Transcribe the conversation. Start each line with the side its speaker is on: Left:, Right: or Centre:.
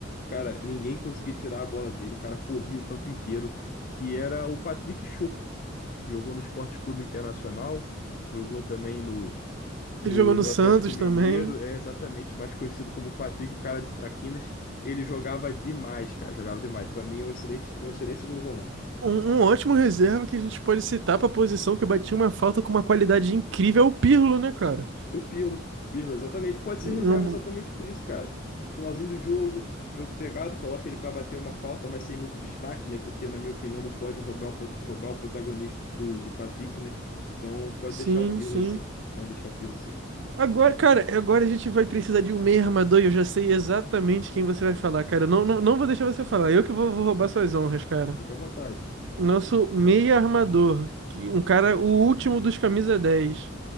Left: Cara, ninguém conseguia tirar a bola dele, o cara corria o campo inteiro, que era o Patrick Choco. Jogou no Esporte Clube Internacional, jogou também no, no,
Right: Ele jogou no
Left: no
Right: Santos
Left: Atlético Mineiro,
Right: também.
Left: é exatamente mais conhecido como Patrick Cara de Traquinas. Ele jogava demais, cara, jogava demais. Pra mim, é um excelente, um excelente segundo volante.
Right: Um, um ótimo reserva que a gente pode citar pra posição que batia uma falta com uma qualidade incrível é o Pirlo, né, cara?
Left: O Pirlo, Pirlo, exatamente. Pode ser
Right: Um-
Left: reserva
Right: um-
Left: exatamente por isso, cara. No finalzinho do jogo, jogo pegado, coloca ele pra bater uma falta, mas sem muito destaque, né? Porque, na minha opinião, não pode roubar o, pro- roubar o protagonismo do, do Patrick, né? Então, pode
Right: Sim,
Left: deixar o Pirlo
Right: sim.
Left: assim. Pode deixar o Pirlo assim.
Right: Agora, cara, agora a gente vai precisar de um meio armador e eu já sei exatamente quem você vai falar, cara. Eu Não, não, não vou deixar você falar. Eu que vou, vou roubar suas honras, cara.
Left: Fica à vontade.
Right: Nosso meio armador, que- um cara, o último dos camisa dez